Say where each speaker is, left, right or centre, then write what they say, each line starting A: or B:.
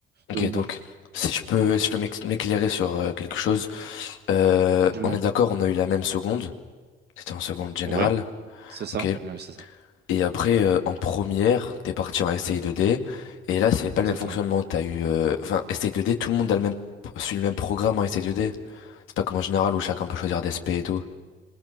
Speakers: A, on the left; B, on the right.
A: Ok,
B: Donc
A: donc
B: bon
A: si je peux, si je peux m'ex- m'éclairer sur euh, quelque chose, euh,
B: dis-moi?
A: on est d'accord, on a eu la même seconde. C'était en seconde générale,
B: Ouais, c'est ça,
A: ok.
B: ouais, ouais, c'est ça,
A: Et après euh, en première, t'es parti en STI 2D et là c'est pas
B: exactement.
A: le même fonctionnement. T'as eu, euh, enfin STI 2D, tout le monde a le même suit le même programme en STI 2D. C'est pas comme en général où chacun peut choisir des SP et tout.